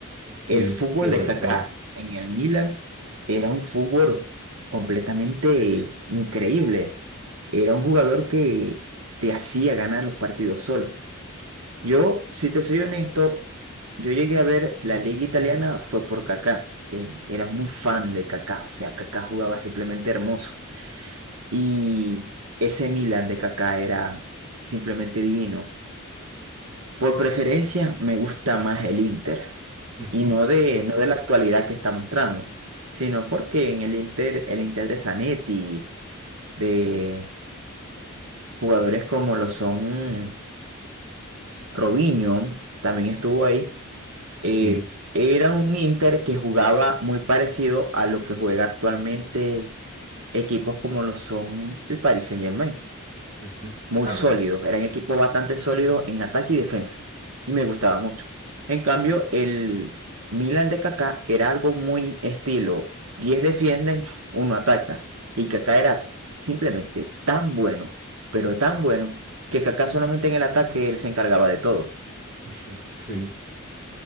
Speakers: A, on the right (about 35°); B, on the right (about 80°).
A: Sí,
B: El fútbol
A: sí recuerdo.
B: de Kaká en el Milan era un fútbol completamente increíble. Era un jugador que te hacía ganar los partidos solo. Yo, si te soy honesto, yo llegué a ver la liga italiana fue por Kaká. Eh, era muy fan de Kaká, o sea, Kaká jugaba simplemente hermoso. Y ese Milan de Kaká era simplemente divino. Por preferencia, me gusta más el Inter.
A: Ujú.
B: Y no de, no de la actualidad que está mostrando, sino porque en el Inter, el Inter de Zanetti, de jugadores como lo son Robinho, también estuvo ahí, eh,
A: Sí.
B: era un Inter que jugaba muy parecido a lo que juega actualmente equipos como lo son el Paris Saint-Germain.
A: Ujú.
B: muy
A: Ah,
B: sólido,
A: mira.
B: era un equipo bastante sólido en ataque y defensa, y me gustaba mucho. En cambio, el Milan de Kaká era algo muy estilo, 10 defienden, uno ataca, y Kaká era simplemente tan bueno, pero tan bueno, que Kaká solamente en el ataque él se encargaba de todo.
A: Ujú. Sí.